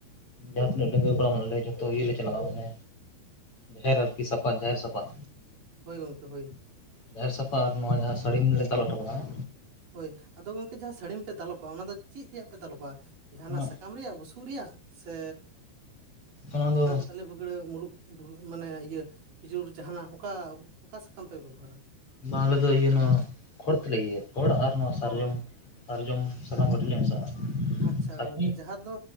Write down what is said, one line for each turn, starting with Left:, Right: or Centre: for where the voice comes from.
Left: ᱡᱟᱦᱟᱸ ᱛᱤᱱᱟᱹᱜ ᱰᱟᱺᱜᱟᱹᱣ ᱠᱚᱲᱟ ᱢᱮᱱᱟᱜ ᱞᱮᱭᱟ ᱡᱷᱚᱛᱚ ᱤᱭᱟᱹ ᱞᱮ ᱪᱟᱞᱟᱜᱼᱟ ᱢᱟᱱᱮ ᱡᱟᱦᱮᱨ ᱟᱨᱠᱤ ᱥᱟᱯᱷᱟ ᱡᱟᱦᱮᱨ ᱥᱟᱯᱷᱟ᱾
Right: ᱦᱳᱭ ᱜᱚᱝᱠᱮ ᱦᱳᱭ᱾
Left: ᱡᱟᱦᱮᱨ ᱥᱟᱯᱷᱟ ᱟᱨ ᱱᱚᱣᱟ ᱡᱟᱦᱟ ᱥᱟᱹᱲᱤᱢ ᱞᱮ ᱫᱟᱞᱚᱜ ᱦᱚᱴᱚ ᱠᱟᱜᱼᱟ᱾
Right: ᱦᱳᱭ ᱟᱫᱚ ᱜᱚᱝᱠᱮ ᱡᱟᱦᱟ ᱥᱟᱹᱲᱤᱢ ᱯᱮ ᱫᱟᱞᱚᱵᱟ ᱚᱱᱟ ᱫᱚ ᱪᱮᱫ ᱨᱮᱭᱟᱜ ᱯᱮ ᱫᱟᱞᱚᱵᱟ? ᱡᱟᱦᱟ ᱱᱟᱜ
Left: ᱚᱱᱟ
Right: ᱥᱟᱠᱟᱢ ᱨᱮᱭᱟᱜ ᱵᱩᱥᱩᱵ ᱨᱮᱭᱟᱜ ᱥᱮ
Left: ᱚᱱᱟ
Right: ᱡᱟᱦᱟᱱ
Left: ᱫᱚ
Right: ᱛᱟᱞᱮ ᱵᱟᱜᱽᱲᱟᱹ ᱢᱩᱨᱩᱫ ᱢᱟᱱᱮ ᱤᱭᱟᱹ ᱠᱷᱤᱡᱩᱨ ᱡᱟᱦᱟ ᱱᱟᱜ ᱚᱠᱟ ᱚᱠᱟ ᱥᱟᱠᱟᱢ ᱯᱮ ᱵᱮᱵᱚᱦᱟᱨᱟ?
Left: ᱵᱟᱝ ᱟᱞᱮ ᱫᱚ ᱤᱭᱟᱹ ᱱᱚᱣᱟ ᱠᱷᱚᱲ ᱛᱮᱞᱮ ᱤᱭᱟᱹᱭᱟ ᱠᱷᱚᱲ ᱟᱨ ᱱᱚᱣᱟ
Right: ᱠᱷᱚᱲ
Left: ᱥᱟᱨᱡᱚᱢ ᱥᱟᱨᱡᱚᱢ ᱥᱟᱠᱟᱢ ᱠᱟᱴᱤᱡ ᱞᱮ ᱢᱮᱥᱟᱜᱼᱟ᱾
Right: ᱟᱪᱪᱷᱟ
Left: ᱥᱟᱨᱡᱚᱢ
Right: ᱜᱚᱝᱠᱮ ᱡᱟᱦᱟ ᱫᱚ